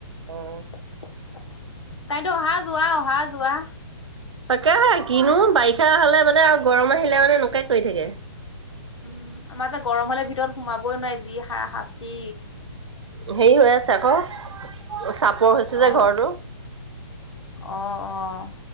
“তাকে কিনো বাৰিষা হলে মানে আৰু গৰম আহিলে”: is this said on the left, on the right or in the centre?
Right